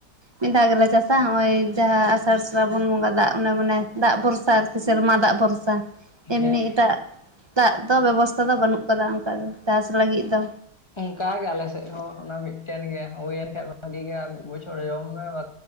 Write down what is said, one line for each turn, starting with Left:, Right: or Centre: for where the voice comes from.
Right: ᱢᱤᱫ ᱫᱷᱟᱣ ᱜᱮᱞᱮ ᱪᱟᱥᱟ ᱦᱚᱸᱜ-ᱚᱭ ᱡᱟᱦᱟᱸ ᱟᱥᱟᱲ ᱥᱨᱟᱵᱚᱱ ᱵᱚᱸᱜᱟ ᱫᱟᱜ ᱚᱱᱮ ᱢᱟᱱᱮ ᱫᱟᱜ ᱵᱷᱚᱨᱥᱟ ᱥᱮᱨᱢᱟ ᱫᱟᱜ ᱵᱷᱚᱨᱥᱟ᱾ ᱮᱢᱱᱤ
Left: ᱦᱮᱸ
Right: ᱮᱴᱟᱜ ᱫᱟᱜ ᱫᱚ ᱵᱮᱵᱚᱥᱛᱷᱟ ᱫᱚ ᱵᱟᱹᱱᱩᱜ ᱟᱠᱟᱫᱟ ᱚᱱᱠᱟ ᱫᱚ ᱪᱟᱥ ᱞᱟᱹᱜᱤᱫ ᱫᱚ᱾
Left: ᱚᱝᱠᱟ ᱜᱮ ᱟᱞᱮ ᱥᱮᱫ ᱦᱚᱸ ᱚᱱᱟ ᱢᱤᱫᱴᱮᱱ ᱜᱮ ᱦᱩᱭᱮᱱ ᱠᱷᱟᱱ ᱵᱷᱟᱜᱮ ᱜᱮᱭᱟ ᱟᱨ ᱢᱤᱫ ᱵᱚᱪᱷᱚᱨ ᱡᱚᱢ ᱢᱮ ᱵᱟ